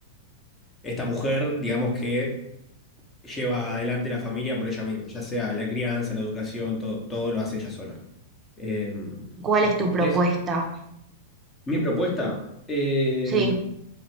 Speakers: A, on the left; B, on the right.
A: esta mujer, digamos, que lleva adelante la familia por ella misma, ya sea la crianza, la educación, todo, todo lo hace ella sola. Eh,
B: ¿Cuál es tu propuesta?
A: entonces, mi propuesta, em,
B: Sí,